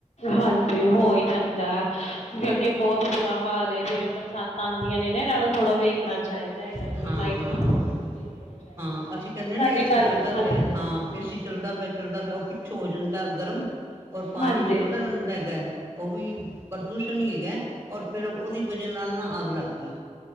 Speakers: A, on the left; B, on the right.
A: ਹਾਂਜੀ ਹੋ ਜਾਂਦਾ ਹੈ ਕਿਉਂਕਿ ਬਹੁਤ ਬੁਰਾ ਹਾਲ ਹੈ ਜਿਵੇਂ ਸੱਤ ਆਂਦੀਆਂ ਨੇ ਇਹਨਾਂ ਥੋੜਾ ਵੇਖ ਚਾਹੀਦਾ ਹੈਗਾ
B: ਹਾਂ-ਹਾਂ।
A: ਲਾਈਟ ਨਾ ਹੋਵੇ <unintelligible>
B: ਹਾਂ ਹਾਂ ਅਸੀਂ ਕਹਿੰਦੇ
A: ਸਾਡੇ
B: ਨਾ ਏਸੀ
A: ਘਰ
B: ਚੱਲਦਾ
A: ਹਾਂਜੀ-
B: ਪਿਆ ਹਾਂ ਏ ਸੀ ਚੱਲਦਾ ਪਿਆ ਚੱਲਦਾ ਪਿਆ ਉਹ ਪਿੱਛੋਂ ਹੋ ਜਾਂਦਾ ਗਰਮ ਔਰ ਪਾਣੀ
A: ਹਾਂਜੀ
B: ਨਿਕਲਦਾ ਰਹਿੰਦਾ ਹੈਗਾ, ਉਹ ਵੀ ਪ੍ਰਦੂਸ਼ਣ ਹੀ ਹੈਗਾ। ਔਰ ਫਿਰ ਉਹਦੀ ਵਜ੍ਹਾ ਨਾਲ ਨਾ ਅੱਗ ਲੱਗ ਗਈ,